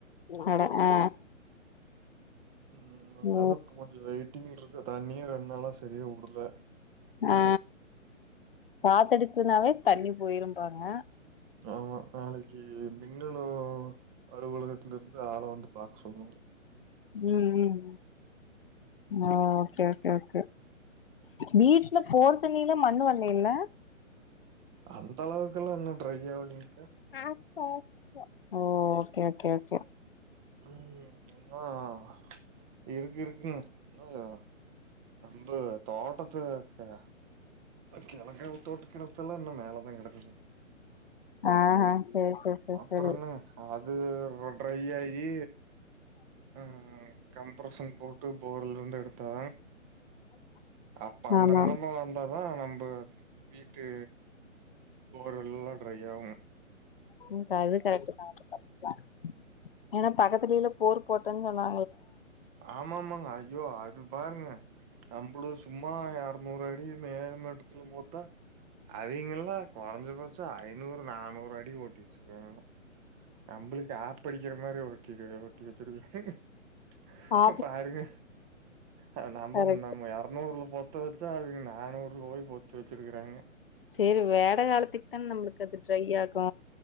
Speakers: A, on the left; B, on the right.
A: அட ஆ
B: ம் அதனால
A: ஓ
B: இப்போ கொஞ்சோ வெயிட்டிங் இருக் இந்த தண்ணியும் ரெண்ட் நாளா செரியா உடுல
A: ஆ பாத்துட்டு சொன்னாவே தண்ணி போயிரும்ப்பாங்க
B: ஆமா நாளைக்கி மின்னணு அலுவலகத்தலருந்து ஆள வந்து பாக்க சொன்னாங்க.
A: ம் ம் ம் மா ஓகே ஓகே ஓகே வீட்ல போரு தண்ணில மண்ணு வர்லையில்ல
B: அந்த அளவுக்குல்லா இன்னு ட்ரை ஆவுலிங்
A: ஆ ஸ் ஓ ஓகே ஓகே ஓகே
B: ம் இன்னு இருக்கு இருக்குங்க இன்னும் நம்ப தோட்டத்து கெ கெலக்கே உ தோட்ட கெணத்துல இன்னும் மேலதா கெடக்குதுங்
A: ஆ ஆ சேரி சேரி சேரி
B: அப்புறோ
A: சேரி
B: என்னங்க அது ர ட்ரை ஆயி உம் கம்ப்ரஷன் போட்டு போர்லருந்து எடுத்தா அப்ப அந்த
A: ஆமா
B: நெலம வந்தா அதான் நம்ப வீட்டு போர் எல்லாம் ட்ரை ஆவுங்க
A: உம் அது கரெக்ட் ல <unintelligible> ஏன்னா பக்கத்துலிலும் போர் போட்டன் சொன்னா
B: ஆமாமாங்க ஐயோ அது பாருங்க நம்மளோ சும்மா மா இரநூறு அடி மேல்மட்டத்துல போத்தா அவங்கல்லா கொறைஞ்சபச்ச ஐநூறு நானூறு அடி ஓட்டி வச்சிருக்காங்க நம்பளுக்கு ஆப்படி இ மாரி ஒரு ட்ட கிடையா ஒட்டி வச்சிருக்கன்
A: ஆ
B: பாருங்க அ அ நம
A: கரெக்ட்
B: நம்ம இரநூறுல போ ச்சா அவங்க நானும ய் பொத்து வெச்சிருக்கிறாங்க
A: சரி வேடை காலத்துக்கு தானே நம்மளுக்கு அது ட்ரை ஆகு